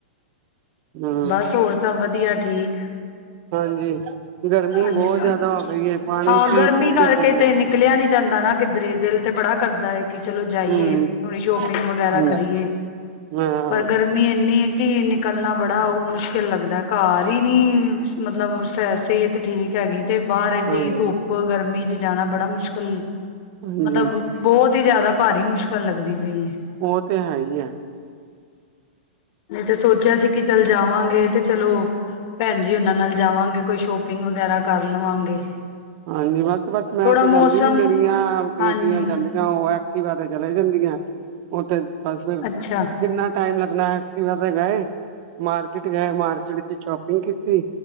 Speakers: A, on the right; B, on the left.
A: ਹਮ
B: ਬਸ ਹੋਰ ਸਭ ਵਧੀ ਧੀਆ ਠੀਕ
A: ਹਾਂਜੀ ਗਰਮੀ
B: ਹਾਂਜੀ
A: ਬਹੁਤ
B: ਅ,
A: ਜਿਆਦਾ ਹੋ ਗਈ ਹੈ ਪਾਣੀ
B: ਹਾਂ
A: ਪੀ
B: ਗਰਮੀ
A: ਪੀ
B: ਕਰਕੇ
A: ਕੇ ਤੇ
B: ਤੇੇ ਨਿਕਲਿਆ ਨੀ ਜਾਂਦਾ ਨਾ ਕਿੱਧਰੇ, ਦਿਲ ਤੇ ਬੜਾ ਕਰਦਾ ਏ। ਕਿ ਚਲੋ ਜਾਈਏ
A: ਹਮ
B: ਥੋੜੀ ਸ਼ੋਪਿੰਗ ਵਗੈਰਾ
A: ਹਮ
B: ਕਰੀਏ,
A: ਹਾਂ
B: ਪਰ ਗਰਮੀ ਇੰਨੀ ਐ ਕੀ ਨਿਕਲਣਾ ਬੜਾ ਉਹ ਮੁਸ਼ਕਿਲ ਲੱਗਦਾ। ਘਰ ਈ ਨੀ ਮਤਲਬ ਸੈਸ ਸਿਹਤ ਠੀਕ ਹੈਗੀ। ਤੇ ਬਾਹਰ ਏਡੀ
A: ਹਾਂਜੀ
B: ਧੁੱਪ, ਗਰਮੀ ਚ ਜਾਣਾ ਬੜਾ ਮੁਸ਼ਕਲ
A: ਹਾਂਜੀ
B: ਮਤਲਬ ਬਹੁਤ ਬਹੁਤੀ ਜ਼ਿਆਦਾ ਭਾਰੀ ਮੁਸ਼ਕਿਲ ਲੱਗਦੀ। ਪਈ ਹੈ
A: ਉਹ ਤੇ ਹੈ ਈ ਐ।
B: ਨਹੀਂ ਤਾਂ ਸੋਚਿਆ ਸੀ ਕਿ ਚੱਲ ਜਾਵਾਂਗੇ ਤੇ ਚਲੋ ਭੈਣ ਜੀ ਉਹਨਾਂ ਨਾਲ ਜਾਵਾਂਗੇ, ਕੋਈ ਸ਼ੋਪਿੰਗ ਵਗੈਰਾ ਕਰ ਲਵਾਂਗੇ।
A: ਹਾਂਜੀ ਬਸ-ਬਸ ਮੈਂ
B: ਥੋੜਾ
A: ਤੇ ਜਾਂਦੀ
B: ਮੌਸਮ
A: ਨੀ ਮੇਰੀਆਂ ਬੇਟੀਆਂ
B: ਹਾਂਜੀ
A: ਜਾਂਦੀਆਂ, ਉਹ ਐਕਟੀਵਾ ਤੇ ਚਲੇ ਜਾਂਦੀਆਂ। ਉਹ ਤੇ ਬਸ ਫਿਰ
B: ਅੱਛਾ
A: ਕਿੰਨਾ ਟਾਈਮ ਲੱਗਣਾ ਐਕਟੀਵਾ ਤੇ ਗਏ, ਮਾਰਕਿਟ ਗਏ ਮਾਰਕਿਟ ਚ ਸ਼ੋਪਿੰਗ ਕੀ ਤੇ